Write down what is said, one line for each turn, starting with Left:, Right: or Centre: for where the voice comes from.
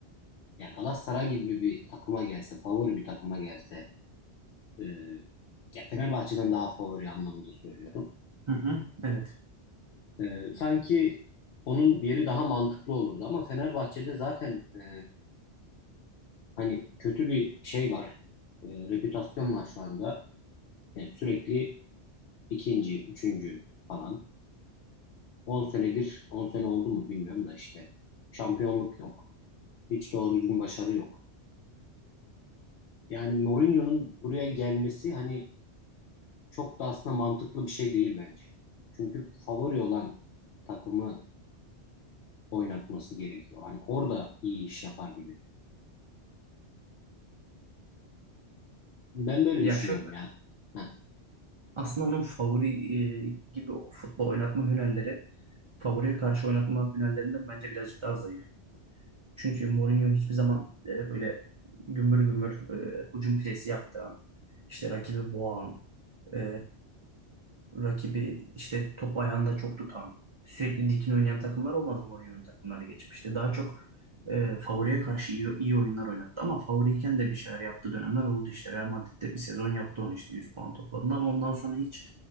Left: yani Galatasaray gibi bir takıma gelse, favori bir takıma gelse e, ya Fenerbahçe'den daha favori anlamında söylüyorum.
Right: Hı hı. Evet.
Left: E, sanki onun yeri daha mantıklı olurdu ama Fenerbahçe'de zaten e, hani kötü bir şey var. E, reputasyon var şu anda. Yani sürekli ikinci, üçüncü falan. 10 senedir, 10 sene oldu mu bilmiyorum da işte şampiyonluk yok. Hiç doğru düzgün başarı yok. Yani Mourinho'nun buraya gelmesi hani çok da aslında mantıklı bir şey değil bence. Çünkü favori olan takımı oynatması gerekiyor. Hani orada iyi iş yapar gibi. Ben böyle
Right: Ya
Left: düşünüyorum
Right: şöyle
Left: ya. Heh,
Right: aslında onun favori e, gibi o futbol oynatma hünerleri favoriye karşı oynatma hünerlerinden bence birazcık daha zayıf. Çünkü Mourinho hiçbir zaman e, böyle gümbür gümbür e, hücum presi yaptıran, işte rakibi boğan, e, rakibi işte topu ayağında çok tutan, sürekli dikin oynayan takımlar olmadı Mourinho'nun takımları geçmişti. Daha çok e, favoriye karşı iyi, iyi oyunlar oynattı ama favoriyken de bir şeyler yaptığı dönemler oldu işte. Real Madrid'de bir sezon yaptı onu işte 100 puan topladığında ama ondan sonra hiç